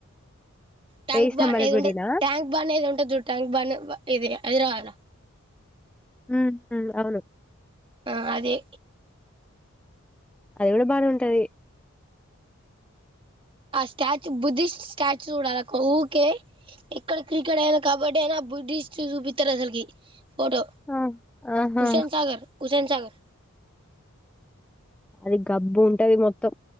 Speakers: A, on the right; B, in the centre.
A: ట్యాంక్
B: వేయి స్తంభాల
A: బాన్ ఏది
B: గుడినా
A: ఉంటదు ట్యాంక్ బాన్ ఏది ఉంటది ట్యాంక్ బాన్ ఇది హైదరాబాద్ ల
B: హు హుమ్ అవును
A: ఆ అదే
B: అది కూడా బానే ఉంటది
A: ఆ స్టాచ్యూ బుద్ధిస్ట్ స్టాచ్యూ చూడాల అక్క ఊకే ఎక్కడ క్రికెట్ అయినా కబడ్డీ అయినా బుద్ధిస్ట్ చూపిస్తారు అసలకి ఫోటో
B: ఆ ఆహా
A: హుసేన్ సాగర్ ఉసేన్ సాగర్
B: అది గబ్బు ఉంటది మొత్తం